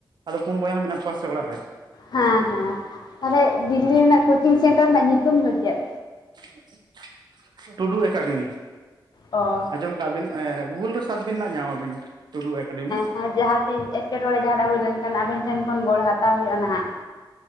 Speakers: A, on the right; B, on the left.
A: ᱟᱫᱚ ᱯᱩᱱ ᱵᱚᱭᱦᱟ ᱢᱮᱱᱟᱜ ᱠᱚᱣᱟ ᱥᱮ ᱚᱲᱟᱜ ᱨᱮ᱾
B: ᱦᱮᱸ ᱦᱮᱸ ᱛᱟᱦᱚᱞᱮ ᱫᱤᱞᱞᱤ
A: ᱦᱮᱸ
B: ᱨᱮᱱᱟᱜ ᱠᱳᱪᱤᱝ ᱥᱮᱱᱴᱟᱨ ᱨᱮᱱᱟᱜ ᱧᱩᱛᱩᱢ ᱫᱚ ᱪᱮᱫ?
A: <inaudible> ᱴᱩᱰᱩ ᱮᱠᱟᱰᱮᱢᱤ
B: ᱚᱸ
A: ᱟᱸᱡᱚᱢ ᱠᱟᱜᱼᱟ ᱵᱤᱱ ᱮᱸ ᱜᱩᱜᱩᱞ ᱨᱮ ᱥᱟᱨᱪᱚ ᱵᱤᱱ ᱧᱟᱢ ᱟᱵᱤᱱ᱾ ᱴᱩᱰᱩ ᱮᱠᱟᱰᱮᱢᱤ
B: ᱦᱮᱸᱸ ᱡᱟᱦᱟᱸ ᱛᱤᱥ ᱮᱸᱴᱠᱮᱴᱚᱬᱮ ᱡᱟᱦᱟᱸᱴᱟᱜ ᱦᱩᱭ ᱞᱮᱱᱠᱷᱟᱱ ᱟᱵᱤᱱ ᱴᱷᱮᱱ ᱠᱷᱚᱱ ᱜᱚᱲ ᱦᱟᱛᱟᱣ ᱦᱩᱭᱩᱜᱼᱟ ᱱᱟᱦᱟᱜ